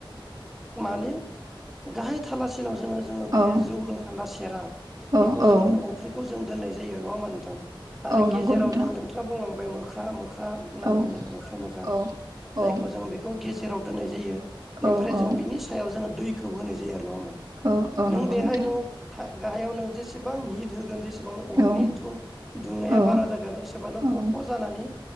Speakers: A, in the centre; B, on the right (about 45°).
A: माने गाहाय थालासिनाव जोङो जोङो बे
B: औ
A: जौ लोंखान्दा सेरा
B: औ
A: बेखौ
B: औ
A: जोङो अफ्रिखौ जों दोन्नाय जायो नङा होमबा नोंथां आरो
B: औ
A: गेजेराव
B: नंगौ नोंथां
A: जोङो नोंथाङा बुंलांबाय मोख्रा मोख्रा मोख्रा होननानै
B: औ
A: बुंदों मोख्रा मोखां
B: औ
A: जायखौ
B: औ
A: जों बेखौ गेजेराव दोननाय जायो। बेनिफ्राय
B: औ
A: जोङो
B: औ
A: बिनि सायाव जोङो दैखौ होनाय जायो आरो नङा होमबा
B: औ औ
A: नों
B: नंगौ
A: बेहाय
B: नोंथां
A: नोङो गाहायाव नों जेसेबां हिद होगोन जे एसेबांनो अरनि
B: औ
A: दुं दुंनाया
B: औ
A: बारा जागोन एसेबानो
B: औ
A: खफ' जानानै